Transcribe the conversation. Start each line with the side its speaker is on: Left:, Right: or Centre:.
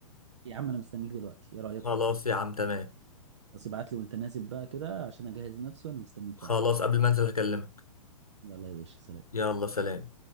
Right: يا عم انا مستنيك دلوقتي ايه رايك
Left: خلاص يا عم تمام
Right: بس ابعت لي وانت نازل بقى كده عشان اجهز نفسي وانا مستنيك
Left: خلاص
Right: اهو
Left: قبل ما انزل هكلمك
Right: يلا يا باشا سلام
Left: يلا سلام